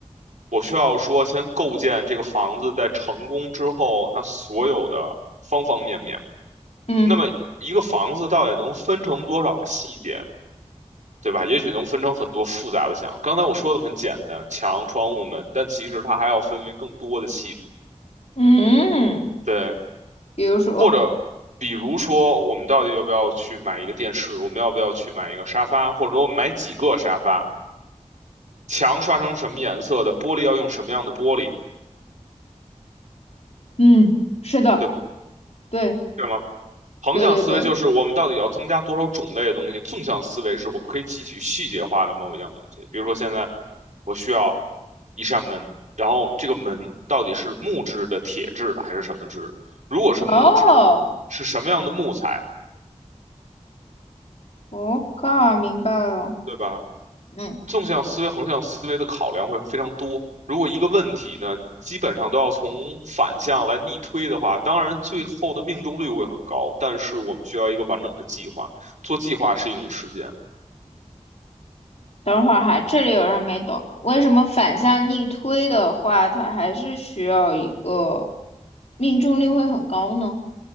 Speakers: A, on the right; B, on the left.
A: 我需要说先构建这个房子，在成功之后，它所有的方方面面。
B: 嗯
A: 那么一个房子到底能分成多少个细节？对吧？也许能分成很多复杂的墙。刚才我说的很简单，墙、窗户、门，但其实它还要分为更多的细致。
B: 嗯
A: 对，
B: 比如说，
A: 或者比如说，我们到底要不要去买一个电视？我们要不要去买一个沙发？或者我们买几个沙发？墙刷成什么颜色的？玻璃要用什么样的玻璃？
B: 嗯，是的，
A: 对吗？
B: 对
A: 对吗？横向思维就是我们到底要增加多少种类的东西，
B: 对对对，
A: 纵向思维是我们可以汲取细节化的某一样东西。比如说现在我需要一扇门，然后这个门到底是木质的、铁质的还是什么质的？如果是木质的，
B: 哦，
A: 是什么样的木材，
B: 我靠，明白了，
A: 对吧？
B: 嗯，
A: 纵向思维、横向思维的考量会非常多。如果一个问题呢，基本上都要从反向来逆推的话，当然最后的命中率会很高，但是我们需要一个完整的计划。做计划是一种实践。
B: 等会儿哈，这里有人没懂，为什么反向逆推的话，它还是需要一个命中率会很高呢？